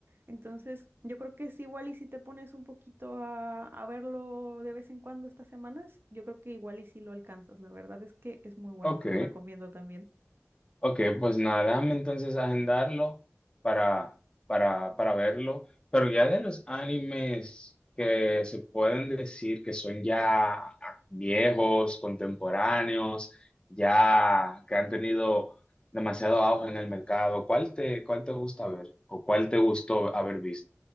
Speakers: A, on the right; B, on the left.
A: Entonces, yo creo que es igual y si te pones un poquito a, a verlo de vez en cuando estas semanas, yo creo que igual y si lo alcanzas. La verdad es que es muy bueno,
B: Ok.
A: te lo recomiendo también.
B: Ok, pues nada, déjame entonces agendarlo para, para, para verlo. Pero ya de los animes que se pueden decir que son ya viejos, contemporáneos, ya que han tenido demasiado auge en el mercado, ¿cuál te, cuál te gusta ver o cuál te gustó haber visto?